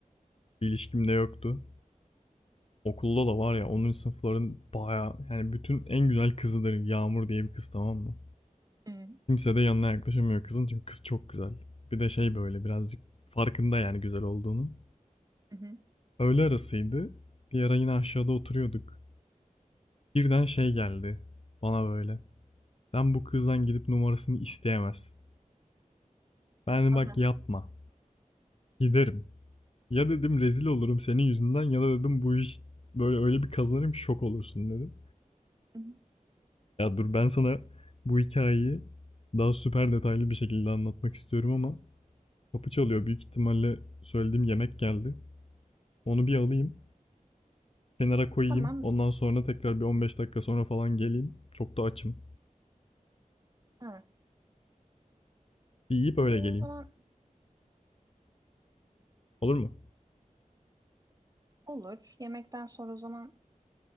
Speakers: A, on the left; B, on the right.
A: Bir ilişkim de yoktu. Okulda da var ya 10. sınıfların baya yani bütün en güzel kızıdır Yağmur diye bir kız tamam mı?
B: Hı hı.
A: Kimse de yanına yaklaşamıyor kızın çünkü kız çok güzel. Bir de şey böyle birazcık farkında yani güzel olduğunun.
B: hı.
A: Öğle arasıydı. Bir ara yine aşağıda oturuyorduk. Birden şey geldi bana böyle. Sen bu kızdan gidip numarasını isteyemezsin. Ben dedim
B: Aha.
A: bak yapma. Giderim. Ya dedim rezil olurum senin yüzünden ya da dedim bu iş böyle öyle bir kazanırım şok olursun dedim.
B: Hı hı.
A: Ya dur ben sana bu hikayeyi daha süper detaylı bir şekilde anlatmak istiyorum ama kapı çalıyor. Büyük ihtimalle söylediğim yemek geldi. Onu bir alayım, kenara koyayım.
B: Tamam.
A: Ondan sonra tekrar bir 15 dakika sonra falan geleyim. Çok da açım.
B: Ha.
A: Bir yiyip
B: E,
A: öyle geleyim.
B: o zaman
A: Olur mu?
B: olur. Yemekten sonra o zaman